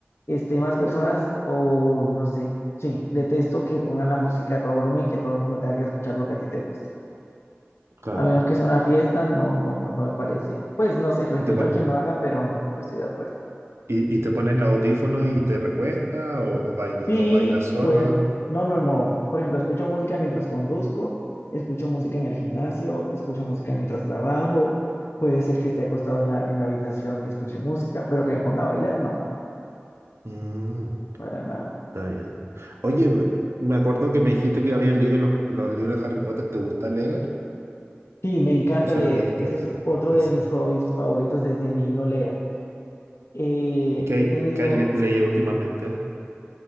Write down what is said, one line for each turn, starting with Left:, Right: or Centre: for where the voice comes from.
Left: esté más personas o no sé, sí, detesto que pongan la música a todo volumen y que todo el mundo tenga que escuchar lo que a ti te gusta.
Right: Claro.
Left: A menos que sea una fiesta, no, no, no me parece. Pues no sé, respeto
Right: ¿Y te, pon-
Left: a quien lo haga, pero no, no estoy de acuerdo.
Right: y, y te pones los audífonos y te recuestas o, o, bail-
Left: Sí,
Right: o bailas solo?
Left: pues no, no, no. Por ejemplo, escucho música mientras conduzco, escucho música en el gimnasio, escucho música mientras trabajo. Puede ser que esté acostado en la, en la habitación y escuche música, pero que me ponga a bailar, no,
Right: Mm,
Left: para nada.
Right: está bien. Oye, me me acuerdo que me dijiste que habías leído los, los libros de Harry Potter. ¿Te gusta leer
Left: Sí, me encanta
Right: o solo
Left: leer.
Right: leíste
Left: Ese
Right: eso?
Left: es otro
Right: Es-
Left: de mis hobbies favoritos desde niño, leo. Eh,
Right: ¿Y qué, hay-
Left: he tenido,
Right: qué has le- leído últimamente?